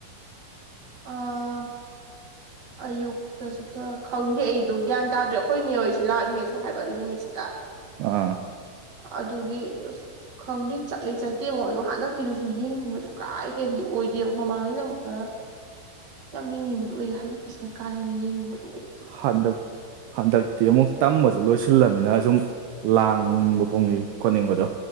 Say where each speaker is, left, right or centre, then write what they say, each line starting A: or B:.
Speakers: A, on the right; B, on the right.
A: ꯑꯥ ꯑꯌꯨꯛꯇ ꯆꯠꯠꯇ ꯈꯪꯗꯦ ꯑꯩꯗꯣ ꯒ꯭ꯌꯥꯟ ꯇꯥꯗ꯭ꯔꯦ ꯑꯩꯈꯣꯏꯅꯦꯣꯏꯁꯦ ꯂꯥꯛꯅꯦꯁꯨ ꯍꯥꯏꯕ ꯑꯗꯨ ꯅꯨꯃꯤꯠꯁꯤꯗ
B: ꯑꯥ
A: ꯑꯗꯨꯒꯤ ꯑꯁ ꯈꯪꯗꯤꯦ ꯆꯠꯂꯤ ꯆꯠꯇꯦꯃꯣ ꯑꯗꯣ ꯍꯟꯗꯛꯀꯤꯗꯨꯁꯨ ꯌꯦꯡꯅꯤꯡꯕꯁꯨ ꯀꯥ ꯍꯦꯟꯗꯤ ꯑꯣꯏꯗꯦ ꯗꯦꯕ ꯃꯃꯥꯡꯉꯩꯩꯅ ꯑꯃꯨꯛꯇ ꯌꯥꯝ ꯌꯦꯡꯅꯤꯡꯕꯗꯣ ꯑꯣꯏꯒꯦ ꯍꯟꯗꯛꯀꯤꯁꯤꯅ ꯀꯥ ꯍꯦꯟꯅ ꯌꯦꯡꯅꯤꯡꯕ ꯑꯣꯏ
B: ꯍꯟꯗꯛ ꯍꯟꯗꯛꯇꯤ ꯑꯃꯨꯛ ꯇꯝꯕꯁꯨ ꯂꯣꯏꯁꯤꯜꯂꯝꯅꯤ ꯅ ꯁꯨꯝ ꯂꯥꯡꯅꯤꯡꯕ ꯐꯣꯡꯅꯤꯡ ꯈꯣꯠꯅꯤꯡꯕꯗꯣ